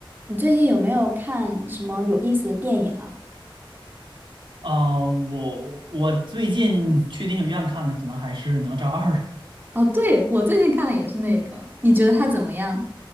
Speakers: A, on the right; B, on the right.
A: 你最近有没有看什么有意思的电影啊？
B: 啊，我我最近去电影院看的可能还是《哪吒二》，
A: 哦，对，我最近看的也是那个，你觉得它怎么样？